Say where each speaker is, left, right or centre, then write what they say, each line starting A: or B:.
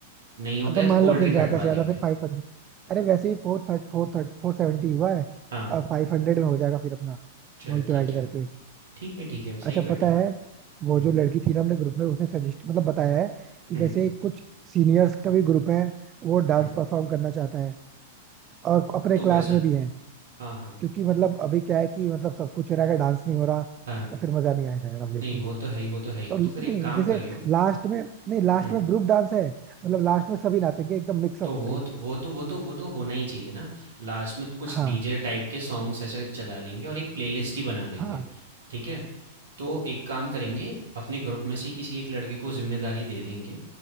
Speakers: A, on the right; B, on the right.
A: नहीं होता
B: अगर
A: है
B: मान
A: तो कोल्ड
B: लो फिर
A: ड्रिंक
B: ज्यादा
A: हटवा
B: से ज्यादा
A: देंगे।
B: फिर फाइव हंड्रेड अरे वैसे ही फोर थर्ड फोर थर्ड फोर सेवेंटी हुआ है
A: हाँ,
B: अब फाइव हंड्रेड में हो जाएगा फिर अपना
A: चल
B: वही तो
A: ठीक
B: ऐड
A: है।
B: करके
A: ठीक है, ठीक है,
B: अच्छा
A: सही बैठ
B: पता
A: रहा है।
B: है वो
A: हुँ,
B: जो लड़की थी ना हमने ग्रुप में उसने सजेस्ट मतलब बताया है कि
A: हुँ,
B: जैसे कुछ सीनियर्स का भी ग्रुप है वो डांस
A: हुँ,
B: परफॉर्म करना चाहता है और अपने
A: तो
B: क्लास
A: वैसा
B: में भी है
A: हाँ, हाँ,
B: क्योंकि मतलब अभी क्या है कि मतलब सब कुछ हो रहा है अगर डांस नहीं हो रहा
A: हाँ,
B: तो फिर मजा नहीं आएगा यार ऑब्वियसली
A: नहीं वो तो है ही, वो तो है ही।
B: तो नहीं
A: तो फिर एक काम
B: जैसे
A: करियो
B: लास्ट में नहीं लास्ट
A: हुँ।
B: में ग्रुप डांस है मतलब लास्ट में सभी नाचेंगे एकदम मिक्सअप
A: तो वो
B: होके
A: तो वो तो वो तो वो तो होना ही चाहिए ना लास्ट में कुछ
B: हाँ
A: डीजे टाइप के सॉन्ग्स ऐसे चला लेंगे और एक प्लेलिस्ट ही बना लेंगे
B: हाँ
A: ठीक है तो एक काम करेंगे अपने ग्रुप में से ही किसी एक लड़के को जिम्मेदारी दे देंगे